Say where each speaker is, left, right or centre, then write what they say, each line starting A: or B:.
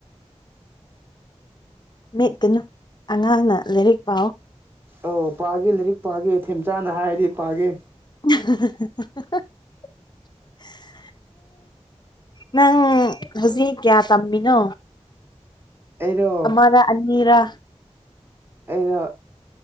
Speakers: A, on the left; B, on the right.
A: ꯃꯦꯠꯀꯅꯨ ꯑꯉꯥꯡꯅ ꯂꯥꯏꯔꯤꯛ ꯄꯥꯎ
B: ꯑꯧ ꯄꯥꯒꯦ ꯂꯥꯏꯔꯤꯛ ꯄꯥꯒꯦ ꯊꯦꯝꯆꯥꯅ ꯍꯥꯏꯔꯗꯤ ꯄꯥꯒꯦ
A: ꯎ ꯅꯪ ꯍꯧꯖꯤꯛ ꯀꯌꯥ ꯇꯝꯃꯤꯅꯣ
B: ꯑꯩꯔꯣ
A: ꯑꯃꯔ ꯑꯅꯤꯔ
B: ꯑꯩꯅ